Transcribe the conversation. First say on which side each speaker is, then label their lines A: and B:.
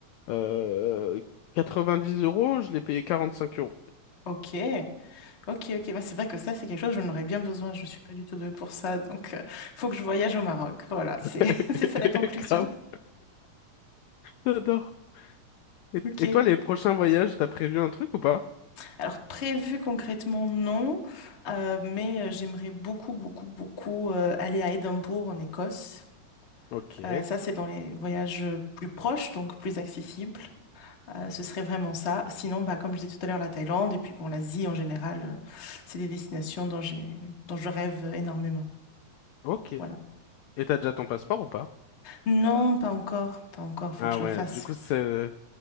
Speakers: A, on the left (about 85°); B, on the left (about 55°).
A: euh, 90 euros, je l'ai payé 45 euros.
B: Ok, ok, ok. Bah, c'est vrai que ça, c'est quelque chose, j'en aurais bien besoin. Je suis pas du tout douée pour ça, donc il faut que je voyage au Maroc. Voilà, c'est
A: <laughs>
B: <laughs> c'est ça la conclusion.
A: Grave, j'adore. Et,
B: Ok.
A: et toi, les prochains voyages, t'as prévu un truc ou pas?
B: Alors prévu concrètement, non, Euh, mais euh, j'aimerais beaucoup, beaucoup, beaucoup euh, aller à Édimbourg en Écosse.
A: Ok,
B: Euh, ça, c'est dans les voyages plus proches, donc plus accessibles. Euh, ce serait vraiment ça. Sinon, bah, comme je disais tout à l'heure, la Thaïlande et puis bon, l'Asie en général, euh, c'est des destinations dont j'ai, dont je rêve énormément.
A: ok.
B: Voilà.
A: Et t'as déjà ton passeport ou pas?
B: Non, pas encore, pas encore. Faut
A: Ah
B: que je
A: ouais,
B: le fasse.
A: du coup, c'est...